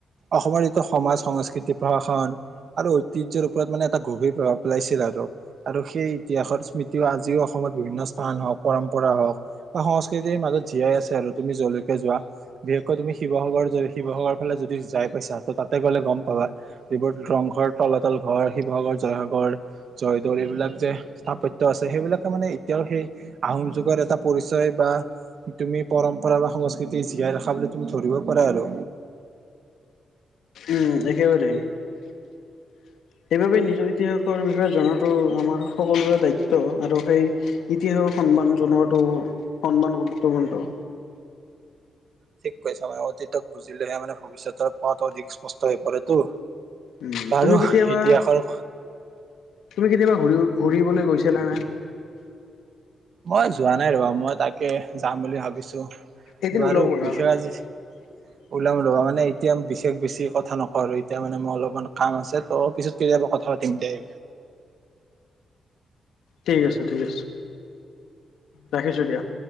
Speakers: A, on the right; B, on the left.
A: অসমৰ যিটো সমাজ সংস্কৃতি প্ৰশাসন আৰু ঐতিহ্যৰ ওপৰত মানে এটা গভীৰ প্ৰভাৱ পেলাইছিল আৰু। আৰু সেই ইতিহাসৰ স্মৃতিও আজিও অসমত বিভিন্ন স্থান হওক, পৰম্পৰা হওক, বা সংস্কৃতিৰ মাজত জীয়াই আছে আৰু তুমি যৰলৈকে যোৱা। বিশেষকৈ তুমি শিৱসাগৰ যদি শিৱসাগৰ ফালে যদি যাই পাইছা, ত তাতে গ'লে গম পাবা। এইবোৰ ৰংঘৰ, তলাতল ঘৰ, শিৱসাগৰ, জয়সাগৰ, জয়দৌৰ এইবিলাক যে স্থাপত্য আছে, সেইবিলাকে মানে এতিয়াও সেই আহোম যুগৰ এটা পৰিচয় বা তুমি পৰম্পৰা বা সংস্কৃতি জীয়াই ৰা খা বুলি তুমি ধৰিব পাৰ আৰু।
B: উম একেবাৰে। সেইবাবে নিজৰ ইতিহাসৰ বিষয়ে জনাতো আমাৰ সকলোৰে দায়িত্ব, আৰু সেই ইতিহাসক সন্মান জনোৱাটো, সন্মান গুৰুত্বপূৰ্ণ।
A: ঠিক কৈছা মানে অতীতক বুজিলেহে মানে ভৱিষ্যতৰ পোৱাতো অধিক স্পষ্ট হৈ পৰেতো।
B: উম
A: বাৰু
B: তুমি কেতিয়াবা
A: ইতিহাসৰ
B: তুমি কেতিয়াবা ঘুৰি
A: উম,
B: ঘুৰিবলৈ গৈছিলা না?
A: মই যোৱা নাই ৰবা, মই তাকে যাম বুলি ভাবিছো
B: এদিন
A: বাৰু
B: ওলাও ব'লা
A: বিষয় আজি
B: <inaudible>
A: ওলাম ৰবা মানে এতিয়া বিশেষ বেছি কথা নকওঁ আৰু এতিয়া মানে মোৰ অলপমান কাম আছে ত পিছত কেতিয়াবা কথা পাতিম দে
B: ঠিক আছে ঠিক আছে। ৰাখিছো দিয়া।